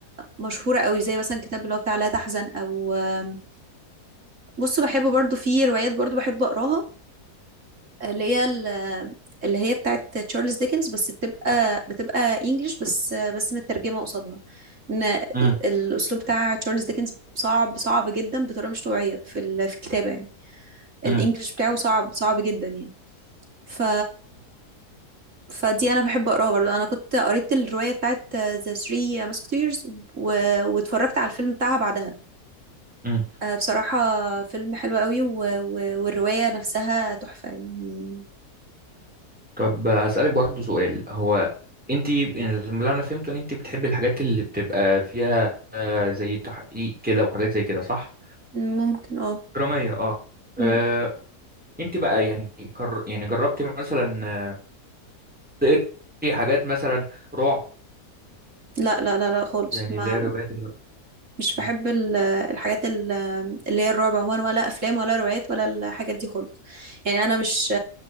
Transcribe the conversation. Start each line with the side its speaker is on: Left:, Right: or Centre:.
Right: مشهورة قوي زي مثلا كتاب اللي هو بتاع لا تحزن أو آم، بص بحب برضو في روايات برضو بحب أقراها اللي هي ال- اللي هي بتاعت تشارلز ديكنز بس بتبقى بتبقى انجلش بس بس مترجمه قصادها ان
Centre: امم
Right: الاسلوب بتاع تشارلز ديكنز صعب صعب جدا بطريقه مش طبيعيه في ال- في الكتابه يعني
Centre: امم
Right: الانجليش بتاعه صعب صعب جدا يعني ف فدي انا بحب اقراها برضه انا كنت قريت الروايه بتاعت ذا ثري ماسكتيرز و... واتفرجت على الفيلم بتاعها بعدها
Centre: امم
Right: آه، بصراحه فيلم حلو قوي و... و... والروايه نفسها تحفه يعني
Centre: طب أسألك برضو سؤال هو انت اللي انا فهمته ان انت بتحبي الحاجات اللي بتبقى فيها آه، زي تحقيق كده وحاجات زي كده صح
Right: ممكن اه
Centre: درامية اه
Right: مم.
Centre: آه، انت بقى يعني كر... يعني جربتي مثلا آه، تقري حاجات مثلا رعب
Right: لا لا لا لا خالص
Centre: يعني
Right: ما
Centre: اللي هي الروايات اللي
Right: مش بحب
Centre: مم.
Right: ال- الحاجات ال- اللي هي الرعب عموما ولا افلام ولا روايات ولا الحاجات دي خالص يعني انا مش